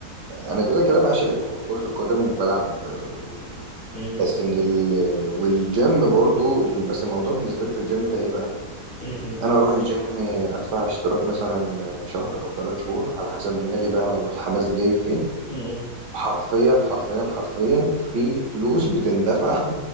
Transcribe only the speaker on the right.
انا كده كده بعشق الكو- كرة القدم وبلعب آه، كورة
بس من ال والجيم برضو ال- بس الموضوع بالنسبة لي في الجيم ده ايه بقى
يعني انا اروح الجيم آه، ادفع اشتراك مثلا آه، شهر او ثلاث شهور على حسب دماغي بقى ما يقول الحماس جاي فين
حرفيا حرفيا حرفيا في فلوس بتندفع <laughs>